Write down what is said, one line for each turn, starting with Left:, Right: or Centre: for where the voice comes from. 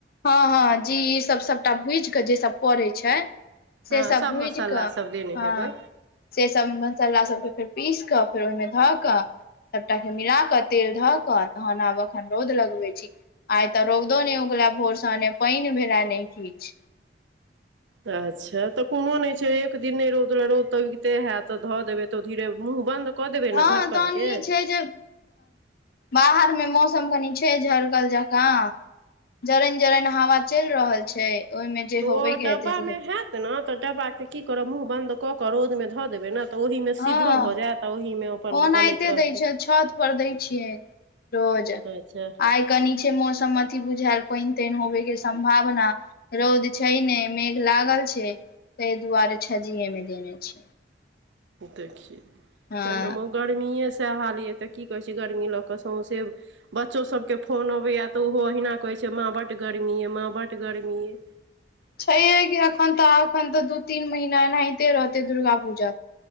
Left: हँ हँ जी ईसभ सभटा भुजि कऽ जे सभ पड़ै छै से
Right: हँ
Left: सब
Right: सभ
Left: भुज
Right: मसाला
Left: कऽ
Right: सभ देने
Left: हँ
Right: हेबै
Left: से सब मसाला सबके फेर पीस क सबकें ओहिने धढक सभटा के मिला के तेल धऽ क तहन आब एखन रौद लगबै छी आइ तऽ रौदो नहि उग बोरसने पानन भेलरा नहि खीच
Right: अच्छा तऽ कोनो नहि छै एक दिन नहि रौद ल रौद त उबिते हैतत तऽ धऽ देबै तऽ धीरे मुँह बन्द कऽ देबै
Left: हँ
Right: ने ढक्कन
Left: तहन
Right: के
Left: ई छै जे बाहरमे मौस मौसम कनी छै झरकल जका जरनि जरन हवा चलि रहल छै ओहिमे जे
Right: तऽ
Left: होबे
Right: ओ
Left: के
Right: डब्बामे
Left: हेतै से हेतै
Right: होयत ने तऽ डब्बाके की करब मुँह बन्द कऽ कऽ रौदमे धऽ देबै ने तऽ ओहिमे सीधो
Left: हँ
Right: भऽ जायत ओहिमे अपन
Left: ओनाहिते
Right: ओ गलैत रहतै
Left: दै छै छत पर दै छियै रोज
Right: अच्छा
Left: आइ कनी छै मौसमी बुझायल पानि तेइन होबेके सम्भावना रौद छैय ने मेघ लागल छै ताहि दुआरे छजीएमे देने छै
Right: देखी
Left: हँ
Right: त गरमेी सह हाल ये ते की कहे छै गर्मी ल के सौंसे बच्चो सब के फोन अबेया तऽ ओहो अहिना कहे छै जे माँ बड्ड गर्मी याय माँ बड्ड गर्मी याय
Left: छैे कि एखन तऽ एखन तऽ दू तीन महीना एनाहिते रहतै दुर्गा पूजा